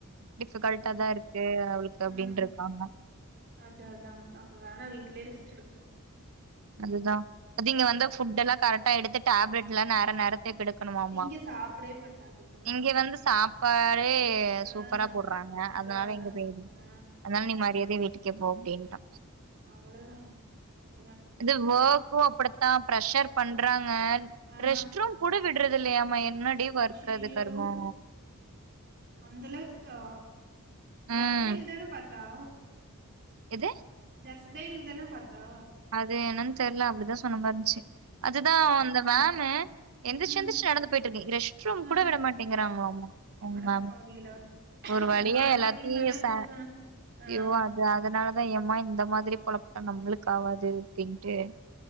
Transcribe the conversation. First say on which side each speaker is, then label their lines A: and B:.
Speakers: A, on the right; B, on the right.
A: டிஃபிகல்ட்டாதா
B: உம்
A: இருக்கு அவளுக்கு அப்டின்ருக்காங்க
B: உம் அதான் அதான் அப்ப வேணா வீட்லயே ரெஸ்ட் எடுங் ட்டோ
A: அதுதா அது இங்க வந்து ஃபுட் எல்லாம் கரெக்ட் ட்டா எடுத்து டேப்லெட்லா நேர நேரத்துக்கு எடு க்கனுமாமா
B: இங்க சாப்டவே மாட்டா சுத்தமா
A: இங்க வந்து சாப்பாடே
B: ஆ
A: சூப்பரா போட்றாங்க
B: ச அதா
A: அதனால
B: அதா
A: எங்க <unintelligible>
B: ஆ
A: அதனால நீ மரியாதயா வீட்டுக் ஓகே போ அப்டின்ட்டா
B: அவ்ளதா பாத்
A: இது ஒர்க்கும் அப்டித்தான் ப்ரஷர் பண்றாங்க
B: ஆ
A: ரெஸ்ட் ரூம் கூட விடுறது இல்லையாமா என்னடி
B: அய்யய்யோ
A: ஒர்க் அது கர்மோ
B: அந்த அளவுக்கு க ஜஸ்
A: ம்
B: டயல் தான பாத்து தா
A: எது
B: ஜஸ் டயல் தான பாத்தா
A: அது என்னன்னு தெரில அப்டிதான் சொன்ன மாரி இருந்துச்சு அதுதான் அந்த
B: ம்
A: மேம் எந்திரிச்சு
B: ம்
A: எந்திச்சு நடந்து போயிட்டு இருக்கு ரெஸ்ட் ரூம்
B: ஆ
A: கூட விட மாட்டேங்கிறாங்களோ அவங்க
B: அடப்பாவிகளா
A: மேம்மு ஒரு வழியா
B: அது மார்க்கெட்டிங்னாலே
A: எல்லாத்தையும்
B: அப்டிதா
A: ச
B: தான ஆ
A: ஐயோ அது அதனாலதான் <unintelligible> யம்மா இந்த மாதிரி பொழப்புத்தனோ நம்மளுக்கு க்காவது டிண்ட்டு